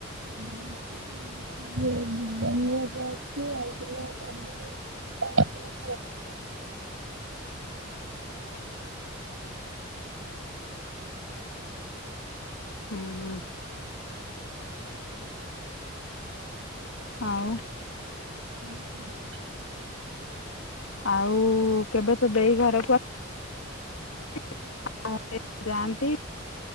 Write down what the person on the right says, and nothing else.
ହଁ କୁହ? ଯେ ଭୁବନରେ ଅଛି, ଆଇଥିଲେ କାଲିରେ <inaudible>
ହୁଁ।
<inaudible>